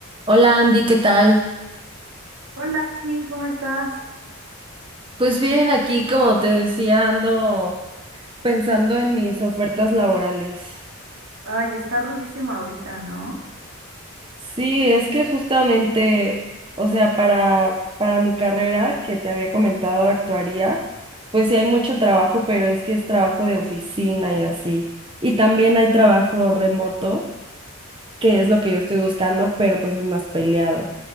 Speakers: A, on the right; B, on the right.
A: Hola Andy, ¿qué tal?
B: Hola, sí, ¿cómo estás?
A: Pues bien, aquí como te decía, ando pensando en mis ofertas laborales.
B: Ay, está rudísima ahorita, ¿no?
A: Sí, es que justamente, o sea, para, para mi carrera que te había comentado, actuaría, pues sí hay mucho trabajo, pero es que es trabajo de oficina y así. Y también hay trabajo remoto. que es lo que yo estoy buscando, pero pues es más peleado.